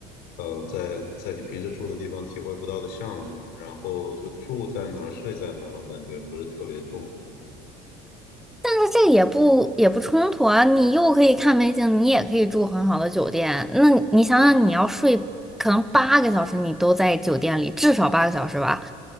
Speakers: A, on the left; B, in the centre.
A: 呃，在在你平时住的地方体会不到的项目，然后就住在哪儿，睡在哪儿，我感觉不是特别重
B: 但是这也不也不冲突啊，你又可以看美景，你也可以住很好的酒店。那你想想，你要睡可能八个小时，你都在酒店里，至少八个小时吧？